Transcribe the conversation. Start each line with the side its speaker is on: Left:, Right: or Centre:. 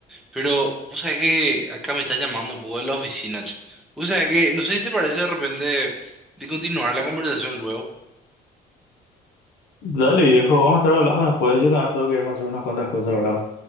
Centre: pero vos sabés que acá me están llamando un poco de la oficina, che. Vos sabés que, no sé si te parece de repente de continuar la conversación luego.
Left: Dale, viejo, vamos a estar hablando después. Yo también tengo que irme a hacer unas cuantas cosas ahora.